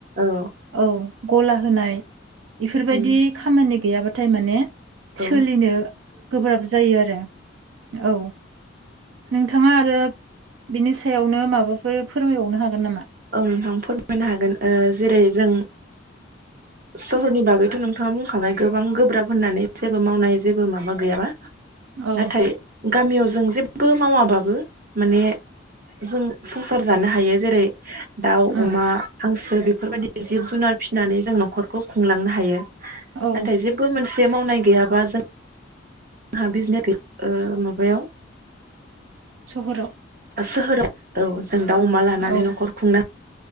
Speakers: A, on the right; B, on the right.
A: औ
B: औ गला होनाय इफोरबायदि
A: उम
B: खामानि गैयाबाथाय माने सोलिनो
A: औ
B: गोब्राब जायो आरो औ नोंथाङा आरो बिनोसै सायावनो माबाफोर फोरमायबावनो हागोन हागोन नामा
A: औ नोंथां फोरमायनो हागोन ओ जेरै जों सहरनि बागैथ' नोंथाङा बुंखाबाय गोबां गोब्राब होननानै जेबो मावनाय जेबो माबा गैयाबा।
B: औ
A: नाथाय गामियाव जों जेबो मावाबाबो माने जों संसार जानो हायो जेरै दाउ,
B: ओं
A: अमा, हांसो जों बेफोरबायदि जिब जुनार फिसिनानै जों न'खरखौ खुंलांनो हायो। नाथाय
B: औ
A: जेबो मोनसे जे मावनाय गैयाबा जों जोंहा बिजनेस ओ माबायाव
B: सहराव
A: सहराव औ दाउ अमा लानानै
B: औ
A: न'खर खुंनो